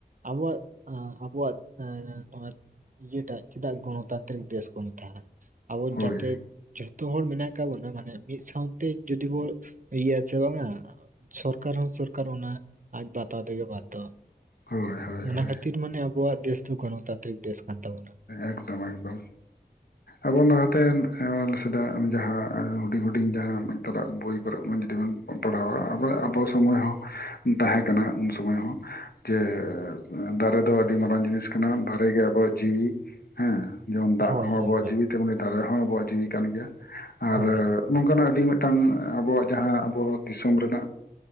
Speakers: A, on the right (about 55°); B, on the left (about 75°).
A: ᱟᱵᱚᱣᱟᱜ ᱟᱵᱚᱣᱟᱜ ᱱᱚᱣᱟ ᱤᱭᱟᱹᱴᱟ ᱪᱮᱫᱟᱜ ᱜᱚᱱᱚᱛᱟᱱᱛᱨᱤᱠ ᱫᱮᱥ ᱠᱚ ᱢᱮᱛᱟᱜᱼᱟ ᱟᱵᱚ
B: ᱦᱳᱭ
A: ᱡᱟᱛᱮ, ᱡᱷᱚᱛᱚ ᱦᱚᱲ ᱢᱮᱱᱟᱜ ᱠᱟᱜ ᱵᱚᱱᱟ ᱢᱟᱱᱮ ᱢᱤᱫ ᱥᱟᱶᱛᱮ ᱡᱩᱫᱤ ᱵᱚᱱ ᱤᱭᱟᱹ ᱥᱮ ᱵᱟᱝᱟ, ᱥᱚᱨᱠᱟᱨ ᱦᱚᱸ ᱥᱚᱨᱠᱟᱨ ᱚᱱᱟ ᱟᱡ ᱵᱟᱛᱟᱣ ᱛᱮᱜᱮ ᱵᱟᱫᱽᱫᱷᱚᱼᱟ
B: ᱦᱳᱭ
A: ᱾
B: ᱦᱳᱭ
A: ᱚᱱᱟ
B: ᱦᱳᱭ
A: ᱠᱷᱟᱹᱛᱤᱨ ᱢᱟᱱᱮ ᱟᱵᱚᱣᱟᱜ ᱫᱮᱥ ᱫᱚ ᱜᱚᱱᱚᱛᱟᱱᱛᱨᱤᱠ ᱫᱮᱥ, ᱠᱟᱱ ᱛᱟᱵᱚᱱᱟ
B: ᱮᱠᱫᱚᱢ ᱮᱠᱫᱚᱢ ᱟᱵᱚ ᱞᱟᱦᱟᱛᱮᱱ ᱥᱮᱫᱟᱜ ᱡᱟᱦᱟᱸ ᱦᱩᱰᱤᱧ ᱦᱩᱰᱤᱧ ᱡᱟᱦᱟᱸ ᱱᱮᱛᱟᱨᱟᱜ ᱵᱚᱭ, ᱠᱚᱨᱮ ᱵᱚᱱ ᱯᱟᱲᱦᱟᱣᱟ ᱟᱵᱚ ᱥᱚᱢᱚᱭ ᱦᱚᱸ ᱛᱟᱦᱮᱸ ᱠᱟᱱᱟ ᱩᱱ ᱥᱚᱢᱚᱭ ᱦᱚᱸ ᱡᱮ ᱫᱟᱨᱮ ᱫᱚ ᱟᱹᱰᱤ ᱢᱟᱨᱟᱝ ᱡᱤᱱᱤᱥ ᱠᱟᱱᱟ ᱫᱟᱨᱮ ᱜᱮ ᱟᱵᱚᱣᱟᱜ ᱡᱤᱣᱤ ᱦᱮᱸ ᱡᱮᱢᱚᱱ ᱫᱟᱜ
A: ᱦᱳᱭ
B: ᱦᱚᱸ
A: ᱦᱳᱭ
B: ᱟᱵᱚᱣᱟᱜ
A: ᱦᱳᱭ
B: ᱡᱤᱣᱤ ᱛᱮᱵᱚᱱ ᱫᱟᱨᱮ ᱦᱚᱸ ᱟᱵᱚᱣᱟᱜ ᱡᱤᱣᱤ ᱠᱟᱱ ᱜᱮᱭᱟ ᱾ ᱟᱨ
A: ᱦᱳᱭ
B: ᱱᱚᱝᱠᱟᱱᱟᱜ ᱟᱹᱰᱤ ᱢᱤᱫᱴᱟᱝ ᱟᱵᱚᱣᱟᱜ ᱡᱟᱦᱟᱸ ᱟᱵᱚ ᱫᱤᱥᱚᱢ ᱨᱮᱱᱟᱜ